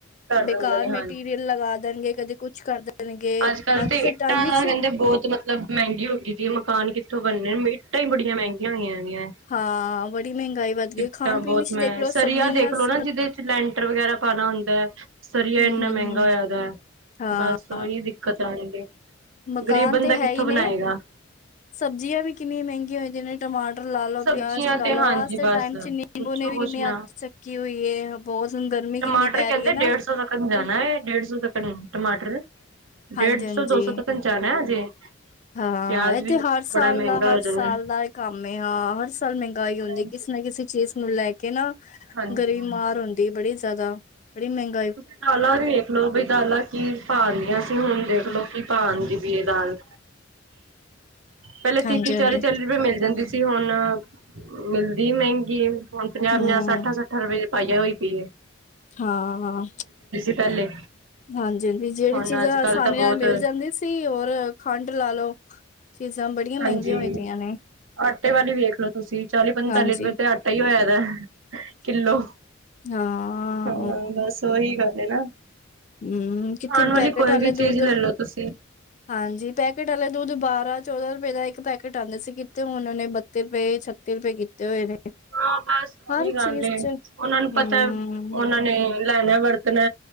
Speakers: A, on the right; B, on the left.
A: ਕਰ
B: ਬੇਕਾਰ
A: ਦਿੰਦੇ ਨੇ ਹਾਂਜੀ
B: ਮਟੀਰੀਅਲ ਲਗਾ ਦੇਣਗੇ, ਕਦੇ ਕੁੱਛ ਕਰ ਦੇਣਗੇ
A: ਅੱਜ ਕੱਲ੍ਹ ਤੇ
B: ਦੇ
A: ਇੱਟਾਂ
B: ਟਾਈਮ ਵਿੱਚ
A: ਦਾ ਕਹਿੰਦੇ ਬਹੁਤ ਤਲ ਮਹਿੰਗੀ ਹੋ ਗਈ ਸੀ, ਮਕਾਨ ਕਿੱਥੋਂ ਬਣਨੇ, ਈਟਾਂ ਹੀ ਬੜੀਆਂ ਮਹਿੰਗੀਆਂ ਹੋਈਆਂ ਦੀਆਂ
B: ਹਾਂ, ਬੜੀ ਮਹਿੰਗਾਈ ਵੱਧ
A: ਕਿੱਟਾਂ
B: ਗਈ, ਖਾਣ
A: ਬਹੁਤ
B: ਪੀਣ ਚ
A: ਮੈਂ
B: ਦੇਖਲੋ
A: ਸਰੀਆ
B: ਸਬਜ਼ੀਆਂ
A: ਦੇਖਲੋ
B: ਸ
A: ਨਾ ਜਿਹਦੇ ਚ ਲੈਂਟਰ ਵਗੈਰਾ ਪਾਉਣਾ ਹੁੰਦਾ ਹੈ ਸਰੀਆ
B: ਹੂੰ-ਹੂੰ-ਹੂੰ
A: ਇੰਨਾ ਮਹਿੰਗਾ ਹੋਇਆਦਾ
B: ਹਾਂ
A: ਉਹੀ ਦਿੱਕਤ ਆ ਜਾਂਦੀ।
B: ਮਕਾਨ
A: ਗ਼ਰੀਬ ਬੰਦਾ
B: ਤੇ ਹੈ
A: ਕਿੱਥੋਂ
B: ਹੀ ਨੇ
A: ਬਣਾਏਗਾ।
B: ਸਬਜ਼ੀਆਂ ਵੀ ਕਿੰਨੀਆਂ ਮਹਿੰਗੀਆਂ ਏਦੇ ਨਾਲ। ਟਮਾਟਰ ਲਾ ਲਓ,
A: ਸਬਜ਼ੀਆਂ
B: ਪਿਆਜ ਲਾ
A: ਤੇ
B: ਲਓ
A: ਹਾਂਜੀ
B: ਅ ਦੇ
A: ਬਸ
B: ਟਾਈਮ ਚ ਨਿੰਬੂ
A: ਪੁੱਛੋ
B: ਨੇ ਵੀ
A: ਕੁਛ ਨਾ।
B: ਅੰਤ ਹੋਈ ਹੈ ਬਹੁਤ ਹਣ ਗਰਮੀ
A: ਟਮਾਟਰ
B: ਕਿੰਨੀ ਪੈ
A: ਕਹਿੰਦੇ
B: ਰਹੀ ਹੈ ਨਾ
A: ਡੇਢ
B: ਤੇ
A: ਸੌ ਤੱਕ ਜਾਣਾ ਹੈ ਡੇਢ ਸੌ ਤੱਕ ਟਮਾਟਰ ਡੇਢ
B: ਹਾਂਜੀ ਹਾਂਜੀ
A: ਸੌ ਦੋ ਸੌ ਤੱਕ ਜਾਣਾ ਹਜੇ
B: ਹਾਂ
A: ਪਿਆਜ
B: ਇੱਥੇ
A: ਵੀ
B: ਹਰ ਸਾਲ
A: ਬੜਾ ਮਹਿੰਗਾ
B: ਦਾ ਹਰ
A: ਹੋ
B: ਸਾਲ
A: ਜਾਣਾ।
B: ਦਾ ਕੰਮ ਹਾਂ। ਹਰ ਸਾਲ ਮਹਿੰਗਾਈ ਹੁੰਦੀ
A: ਹਾਂਜੀ।
B: ਕਿਸੇ ਨਾ ਕਿਸੇ ਚੀਜ਼ ਨੂੰ ਲੈ ਕੇ। ਕੇ ਨਾ
A: ਹਾਂਜੀ
B: ਗਰੀਬ
A: ਹਾਂ।
B: ਮਾਰ ਹੁੰਦੀ। ਬੜੀ ਜ਼ਿਆਦਾ ਬੜੀ ਮਹਿੰਗੀ
A: ਤੁਸੀਂ ਦਾਲਾਂ ਦੇਖ ਲੋ ਬਈ ਦਾਲਾਂ ਚ ਪਾ ਲਈਆਂ ਸੀ ਹੁਣ ਦੇਖਲਓ ਕੀ ਕੀ ਭਾ ਵੀ ਇਹ ਦਾਲ ਪਹਿਲੇ
B: ਹਾਂਜੀ
A: ਤੀਹ ਤੀਹ
B: ਹਾਂਜੀ
A: ਚਾਲੀ ਚਾਲੀ ਰੁਪਏ ਮਿਲ ਜਾਂਦੀ ਸੀ ਹੁਣ ਮਿਲਦੀ ਮਹਿੰਗੀ ਹੁ ਪੰਜਾਹ
B: ਹਮ
A: ਪੰਜਾਹ ਸੱਠ ਸੱਠ ਰੁਪਏ ਪਾਈਆ ਹੋਈ ਪਈਏ
B: ਹਾਂ ਹਾਂ
A: ਪਹਿਲੇ
B: ਹਾਂਜੀ ਹਾਂਜੀ ਜਿਹੜੀ
A: ਹੁਣ
B: ਚੀਜ਼ਾਂ
A: ਅੱਜ-ਕੱਲ
B: ਆਸਾਨੀ
A: ਤਾਂ
B: ਨਾਲ
A: ਬਹੁਤ
B: ਮਿਲ ਜਾਂਦੀਆਂ ਹੋਰ ਖੰਡ ਲਾ ਲਓ। ਚੀਜ਼ਾਂ ਬੜੀਆਂ ਮਹਿੰਗੀਆਂ
A: ਹਾਂਜੀ
B: ਹੋ ਦੀਆਂ ਨੇ
A: ਆਟੇ ਵਲ ਵੇਖ ਲੋ ਤੁਸੀਂ ਚਾਲੀ, ਪੰਤਾਲੀ
B: ਹਾਂਜੀ,
A: ਰੁਪਏ ਤੇ ਆਟਾ ਈ ਹੋਇਆ ਦਾ, ਕਿੱਲੋ
B: ਹਾਂ
A: ਹਾਂ ਬਸ ਉਹੀ ਗੱਲ ਹੈ ਨਾ
B: ਹਮ ਕਿੱਥੇ
A: ਖਾਣ ਵਾਲੀ
B: ਪੈਕੇਟ
A: ਕੋਈ
B: ਆਲੇ
A: ਵੀ ਚੀਜ਼
B: ਦੁਧ
A: ਲੈ ਲੋ ਤੁਸੀਂ
B: ਹਾਂਜੀ। ਪੈਕੇਟ ਵਾਲੇ ਦੁੱਧ ਬਾਰਾਂ, ਚੌਦਾਂ ਰੁਪਏ ਦਾ ਇੱਕ ਪੈਕੇਟ ਆਉਂਦੇ ਸੀ। ਕਿਥੇ ਹੁਣ ਉਹਨੇ ਬ ਤੇ ਰੁਪਏ ਛੱਤੀ ਰੁਪਏ ਕੀਤੇ ਹੋਏ ਨੇ।
A: ਹਾਂ। ਬੱਸ ਉਹੀ
B: ਹਰ
A: ਗੱਲ
B: ਚੀਜ਼
A: ਏ
B: ਚ
A: ਉਹਨਾਂ ਨੂੰ
B: ਹੂੰ,
A: ਪਤਾ ਉਹਨਾਂ ਨੇ ਲੈਣਾ ਵਰਤਣਾ